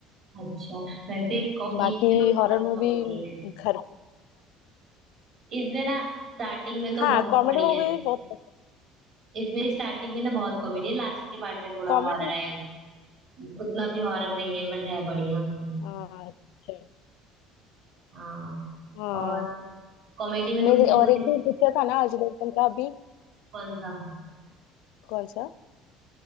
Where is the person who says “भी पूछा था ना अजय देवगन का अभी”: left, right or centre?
Left